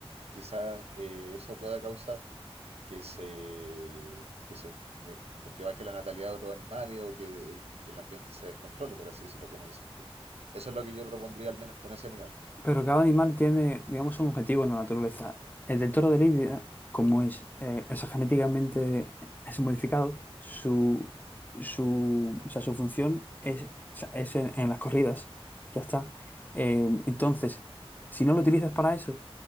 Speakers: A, on the right; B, on the left.
A: quizás eh, eso pueda causar que se, que se, eh, que baje la natalidad de otros animales o que el, el ambiente se descontrole, por así decirlo, como dices tú. Eso es lo que yo propondría, al menos con ese animal.
B: Pero cada animal tiene, digamos, un objetivo en la naturaleza. El del toro de Lidia, como es, eh, o sea, genéticamente es modificado, su, su, o sea, su función es, o sea, es en, en las corridas. Ya está. Eh, entonces, si no lo utilizas para eso,